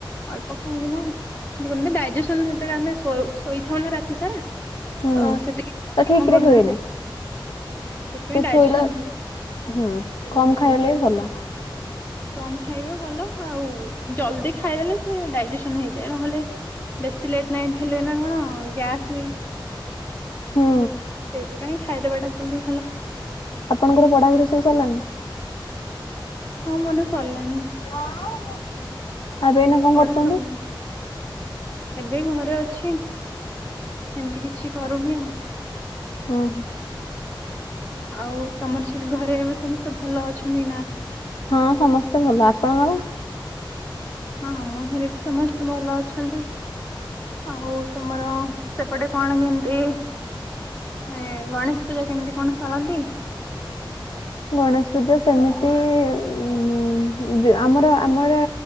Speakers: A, on the left; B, on the left.
A: ଅଳ୍ପ ଖାଇକି ନା ଯେମିତି ଡାଇଜେସନ ସେତେବେଳେ ଆମେ ଶୋଇଥାଉ ନା ରାତି ସାରା। ଅ
B: ହୁଁ। ତ ଠିକ
A: <inaudible> କରୁନା
B: ରେ ହୁଏନି
A: ସେଥିପାଇଁ
B: ସେ
A: ଡାଇଜେସନ
B: ଶୋଇଲା
A: ଠିକ
B: ହୁଁ
A: ସେ
B: କମ୍ ଖାଇଲେ ବି ଭଲ।
A: କମ୍ ଖାଇବେ ଭଲ ଆଉ ଜଲଦି ଖାଇଦେଲେ ସେ ଡାଇଜେସନ ହେଇଯାଏ ନହେଲେ ବେଶୀ ଲେଟ୍ ନାଇଟ୍ ହେଲେ ନା କଣ ଗ୍ୟାସ୍ ହୁଏ।
B: ହୁଁ
A: ସେଇଥିପାଇଁ ଖାଇଦବା ଟା ଜଲଦି ଭଲ।
B: ଆପଣଙ୍କର ପଢାପଢି ସବୁ ସରିଲାଣି?
A: ହଁ ମୋର ସରିଲାଣି।
B: <inaudible> ଏଇନା କଣ
A: ପଢା
B: କରୁଛନ୍ତି?
A: ସରିଲାଣି। ଏବେ ଘରେ ଅଛି ଏମିତି କିଛି କରୁନି ଆଉ।
B: ହୁଁ ହୁଁ।
A: ଆଉ ତମର ସେଠି ଘରେ ଏ ସମସ୍ତେ ଭଲ ଅଛନ୍ତି ନା?
B: ହଁ ସମସ୍ତେ ଭଲ ଆପଣଙ୍କର?
A: ହଁ ଆମ ଘରେ ବି ସମସ୍ତେ ଭଲ ଅଛନ୍ତି ଆଉ ତମର? ସେପଟେ କଣ କେମିତି ମ ଗଣେଶ ପୂଜା କେମିତି କଣ କରନ୍ତି?
B: ଗଣେଶ ପୂଜା ସେମିତି ଉ ଉ ଆମର ଆମର